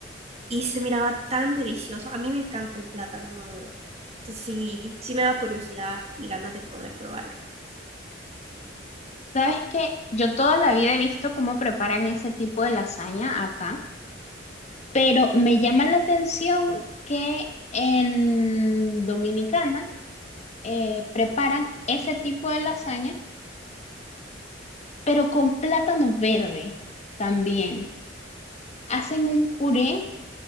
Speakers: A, on the right; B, on the left.
A: y se miraba tan delicioso. A mí me encanta el plátano maduro. Entonces sí, sí me da curiosidad y ganas de poder probarlo.
B: ¿Sabes qué? Yo toda la vida he visto cómo preparan ese tipo de lasaña acá. Pero me llama la atención que en Dominicana eh, preparan ese tipo de lasaña, pero con plátano verde también. Hacen un puré